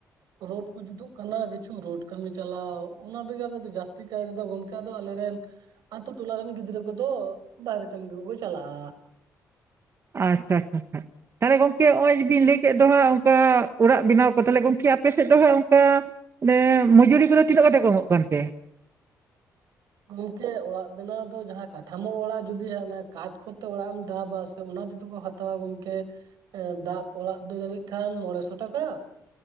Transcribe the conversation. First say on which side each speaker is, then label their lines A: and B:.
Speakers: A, on the right (about 85°); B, on the right (about 40°).
A: ᱨᱳᱰ ᱠᱚ ᱡᱩᱫᱩᱜ ᱠᱟᱱᱟ ᱠᱤᱪᱷᱩ ᱨᱳᱰ ᱠᱟᱹᱢᱤ ᱪᱟᱞᱟᱣ ᱚᱱᱟ ᱵᱮᱜᱟᱨ ᱡᱟᱹᱥᱛᱤ ᱠᱟᱭ ᱛᱮᱫ ᱜᱚᱢᱠᱮ ᱟ ᱟᱞᱮᱨᱮᱱ ᱟᱛᱳ ᱴᱚᱞᱟ ᱨᱮᱱ ᱜᱤᱫᱽᱨᱟᱹ ᱠᱚᱫᱚ ᱵᱟᱦᱨᱮ ᱠᱟᱹᱢᱤ ᱜᱮ ᱠᱚ ᱪᱟᱞᱟᱜᱼᱟ
B: ᱟᱪᱪᱷᱟ ᱟᱪᱪᱷᱟ ᱪᱟ ᱛᱟᱦᱚᱞᱮ ᱜᱚᱢᱠᱮ ᱱᱚᱜᱼᱚᱭ ᱡᱮ ᱵᱤᱱ ᱞᱟᱹᱭ ᱠᱮᱫ ᱫᱚ ᱦᱟᱸᱜ ᱚᱱᱠᱟ ᱚᱲᱟᱜ ᱵᱮᱱᱟᱣ ᱠᱚ ᱛᱟᱦᱚᱞᱮ ᱜᱚᱢᱠᱮ ᱟᱯ ᱟᱯᱮ ᱥᱮᱫ ᱫᱚ ᱦᱟᱜ ᱚᱱᱠᱟ ᱢᱟᱱᱮ ᱢᱚᱡᱩᱨᱤ ᱠᱚᱫᱚ ᱛᱤᱱᱟᱹᱜ ᱠᱟᱛᱮ ᱠᱚ ᱮᱢᱚᱜ ᱠᱟᱱ ᱛᱮ
A: ᱜᱚᱝᱠᱮ ᱚᱲᱟᱜ ᱵᱮᱱᱟᱣ ᱫᱚ ᱡᱟᱦᱟᱸ ᱠᱟᱴᱷᱟᱢᱳ ᱚᱲᱟᱜ ᱡᱩᱫᱤ ᱦᱟᱜ ᱚᱱᱟ ᱠᱟᱴ ᱠᱚᱛᱮ ᱚᱲᱟᱜ ᱮᱢ ᱫᱟᱵᱟ ᱥᱮ ᱚᱱᱟ ᱛᱮᱫ ᱠᱚ ᱦᱟᱛ ᱛᱟᱣᱟ ᱜᱚᱢᱠᱮ ᱫᱟᱜ ᱚᱲᱟᱜ ᱫᱚ ᱡᱟᱹᱱᱤᱡ ᱠᱷᱟᱱ ᱢᱚᱬᱮ ᱥᱚ ᱴᱟᱠᱟ